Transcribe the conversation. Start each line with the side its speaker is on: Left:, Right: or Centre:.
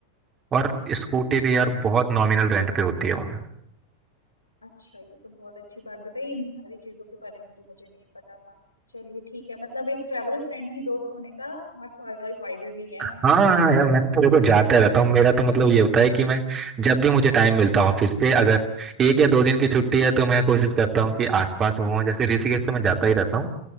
Right: और
Left: हाँ
Right: स्कूटी भी यार बहुत नॉमिनल रेंट पे होती है वहाँ
Left: अच्छा ये तो बहुत अच्छी बात बताई इन सारी चीजों के बारे में तो मुझे नहीं पता था चलिए ठीक है मतलब एक ट्रैवल फ्रेंडली दोस्त होने का बहुत सारे फायदे भी हैं
Right: हाँ हाँ हाँ, यार मैं तो देखो जाता
Left: <laughs>
Right: रहता हूँ मेरा तो मतलब ये होता है कि मैं जब भी मुझे टाइम मिलता है ऑफिस से अगर एक या दो दिन की छुट्टी है तो मैं कोशिश करता हूँ कि आसपास घूमूं जैसे ऋषिकेश तो मैं जाता ही रहता हूँ